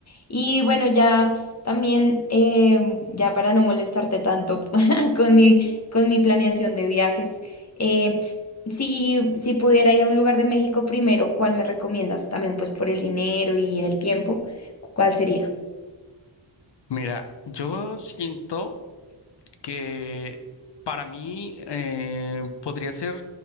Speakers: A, on the left; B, on the left.
A: Y bueno, ya también, eh, ya para no molestarte tanto <laughs> con mi, con mi planeación de viajes, eh, si, si pudiera ir a un lugar de México primero, ¿cuál me recomiendas? También pues por el dinero y el tiempo, ¿cuál sería?
B: Mira, yo siento que para mí eh, podría ser